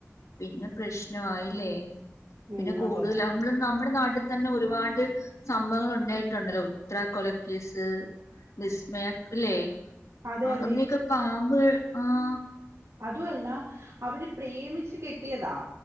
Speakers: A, on the left; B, on the right.
A: പിന്നെ പ്രശ്നയില്ലേ
B: ഉം
A: പിന്നെ കൂടുല
B: അതെ
A: നമ്മൾ നമ്മുടെ നാട്ടിതന്നെ ഒരുപാട് സംഭവങ്ങൾ ഒണ്ടായിട്ടുണ്ടല്ലോ ഉത്തര കൊലക്കേസ് വിസ്മയല്ലേ
B: അതെ
A: ആഹ്
B: അതെ
A: അതിനൊക്കെ പാമ്പ് ആഹ്
B: അതുഅല്ല അവര് പ്രേമിച്ച് കെട്ടിയതാ